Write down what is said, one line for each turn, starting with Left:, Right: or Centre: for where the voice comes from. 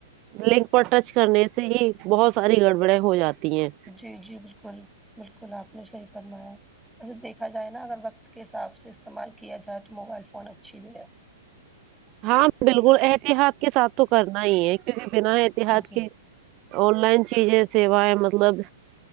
Right: لنک پر ٹچ کرنے سے ہی بہت ساری گڑبڑیں ہو جاتی ہیں
Centre: جی جی بالکل بالکل آپ نے صحیح فرمایا اچھا دیکھا جائے نا اگر وقت کے حساب سے استعمال کیا جائے تو موبائل فون اچھی بھی ہے
Right: ہاں بالکل احتیاط کے ساتھ تو کرنا ہی ہے کیونکہ بنا احتیاط
Centre: جی
Right: کے آن لائن چیزیں سیوا ہے مطلب